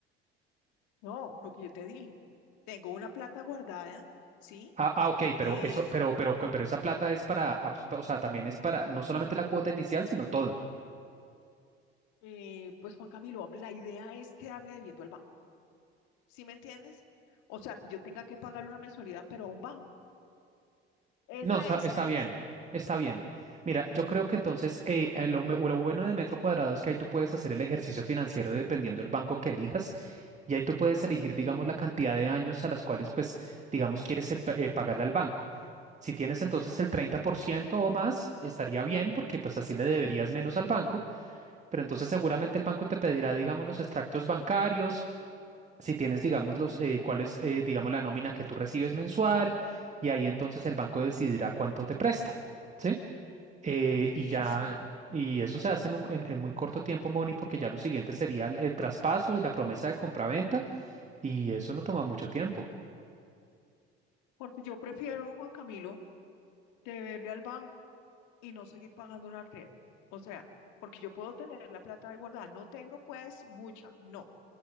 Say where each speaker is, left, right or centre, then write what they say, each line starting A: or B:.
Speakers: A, on the left; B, on the right.
A: No, lo que yo te dije, tengo una plata guardada, ¿sí?
B: Ah, ah, ok, pero
A: Eh,
B: eso, pero, pero, pero esa plata es para, abs- o sea, también es para no solamente la cuota inicial, sino todo.
A: eh, pues Juan Camilo, la idea es quedarle debiendo al banco, ¿sí me entiendes? O sea, que yo tenga que pagar una mensualidad, pero a un banco. Esa
B: No, está,
A: es
B: está
A: la idea,
B: bien, está bien. Mira, yo creo que entonces eh, eh, lo, me- lo bueno de metro cuadrado es que ahí tú puedes hacer el ejercicio financiero dependiendo del banco que elijas y ahí tú puedes elegir, digamos, la cantidad de años a las cuales, pues, digamos, quieres eh, pa- eh, pagarle al banco. Si tienes entonces el 30% o más, estaría bien porque pues así le deberías menos al banco, pero entonces seguramente el banco te pedirá, digamos, los extractos bancarios, si tienes, digamos, los, eh, cuál es, eh, digamos, la nómina que tú recibes mensual, y ahí entonces el banco decidirá cuánto te presta, ¿sí? Eh,
A: Sí,
B: y ya,
A: sí.
B: y eso se hace en, un- en- en muy corto tiempo, Moni, porque ya lo siguiente sería el, el traspaso y la promesa de compraventa, y eso no toma mucho tiempo.
A: porque yo prefiero, Juan Camilo, deberle al banco y no seguir pagando una red. O sea, porque yo puedo tener la plata ahí guardada, no tengo pues mucha, no,